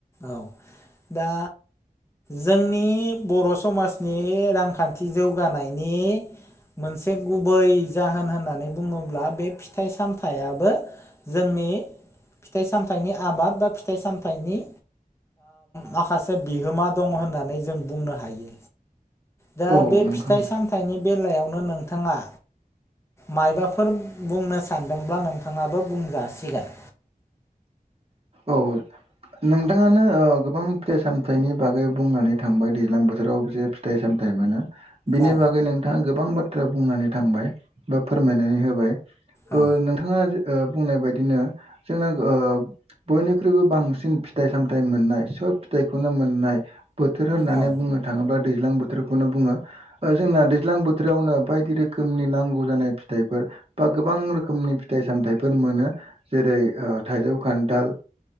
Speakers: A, on the left; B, on the right.
A: औ दा जोंनि बर' समाजनि रांखान्थि जौगानायनि मोनसे गुबै जाहोन होननानै बुङोब्ला बे फिथाइ सामथाइयाबो जोंनि फिथाइ सामथाइनि आबाद बा फिथाइ सामथाइनि माखासे बिहोमा दं होननानै जों बुंनो हायो दा
B: औ
A: बे
B: नोंथां
A: फिथाइ सामथाइनि बेलायावनो नोंथाङा मायबाफोर बुंनो सानदोंब्ला नोंथाङाबो बुंजासिगोन
B: औ नों नथाङानो गोबां फिथाइ सामथाइनि बागै बुंनानै थांबाय दैज्लां बोथोराव जे फिथाइ सामथाइ मानो बिनि
A: औ
B: बागै नोंथाङा गोबां बाथ्रा बुंनानै थांबाय बा फोरमायनानै होबाय
A: औ
B: नोंथाङा बुंनाय बायदिनो जोंना बयनिख्रुइबो बांसिन बांसिन फिथाइ सामथाय मोननाय सब फिथाइखौनो मोननाय बोथोर होननानै
A: औ
B: बुङो थाङोब्ला दैज्लां बोथोरखौनो बुङो जोंना दैज्लां बोथोरावनो बायदि रोखोमनि नांगौ जानाय फिथाइफोर बा गोबां रोखोमनि फिथाइ सामथायाइफोर मोनो जेरै थाइजौ ओ खान्थाल